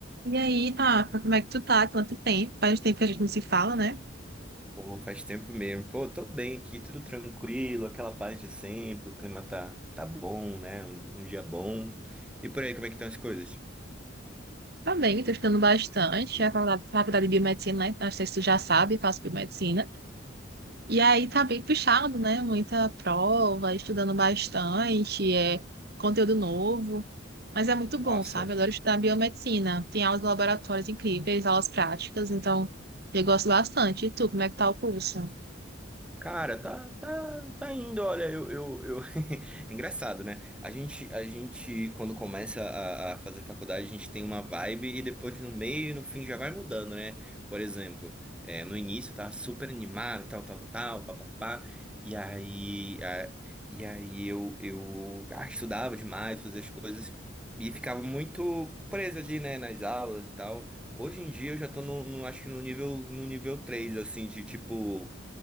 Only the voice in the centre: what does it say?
Pô, faz tempo mesmo. Pô, tô bem aqui, tudo tranquilo, aquela paz de sempre, o clima tá, tá bom, né? Um, um dia bom. E por aí, como é que estão as coisas?
Nossa,
Cara, tá, tá, tá indo, olha, eu, eu, eu... <laughs> É engraçado, né? A gente, a gente, quando começa a, a fazer faculdade, a gente tem uma vibe e depois no meio e no fim já vai mudando, né? Por exemplo, é, no início eu tava super animado, tal, tal, tal, papapá, e aí, a- e aí eu, eu ah, estudava demais, fazia as coisas e ficava muito preso ali, né, nas aulas e tal. Hoje em dia eu já tô no, no- acho que no nível, no nível 3 assim, de tipo.